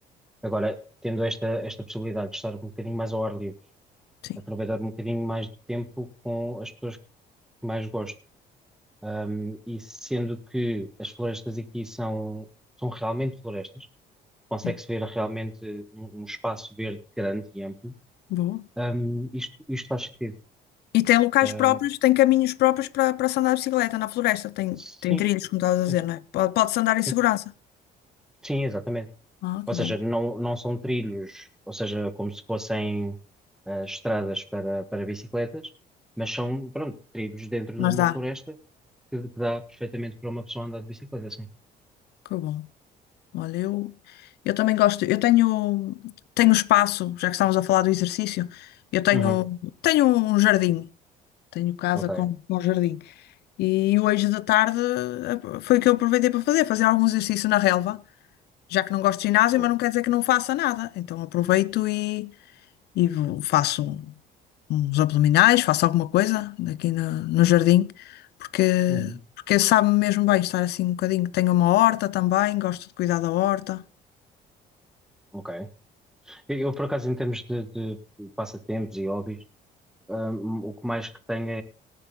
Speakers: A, in the centre; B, on the left.
A: Agora, tendo esta, esta possibilidade de estar um bocadinho mais ao ar livre,
B: Sim.
A: aproveitar um bocadinho mais de tempo com as pessoas que mais gosto. Um, e sendo que as florestas aqui são, são realmente florestas, consegue-se
B: sim.
A: ver realmente um, um espaço verde grande e amplo,
B: Boa.
A: um, isto, isto faz sentido.
B: E tem locais
A: Um,
B: próprios, tem caminhos próprios para, para se andar de bicicleta na floresta. Tem,
A: sim,
B: tem trilhos, como estavas
A: sim,
B: a dizer, não é? Pode- Pode-se andar em
A: sim,
B: segurança.
A: sim, exatamente.
B: Ah,
A: Ou
B: que
A: seja,
B: bom.
A: não, não são trilhos, ou seja, como se fossem ah, estradas para, para bicicletas, mas são, pronto, trilhos dentro
B: Mas
A: de uma
B: dá.
A: floresta que, que dá perfeitamente para uma pessoa andar de bicicleta, sim.
B: Que bom. Olha, eu, eu também gosto. Eu tenho, tenho espaço, já que estamos a falar do exercício, eu tenho,
A: Uhum.
B: tenho um jardim. Tenho casa
A: Ok,
B: com, com jardim. E hoje da tarde eh, foi o que eu aproveitei para fazer, fazer algum exercício na relva, já que não gosto de ginásio,
A: boa.
B: mas não quer dizer que não faça nada. Então aproveito e, e vou- faço uns abdominais, faço alguma coisa aqui no, no jardim, porque,
A: Uhum.
B: porque sabe-me mesmo bem estar assim um bocadinho. Tenho uma horta também, gosto de cuidar da horta.
A: Ok. Eu, eu, por acaso, em termos de, de passatempos e hobbies, hum, o que mais que tenho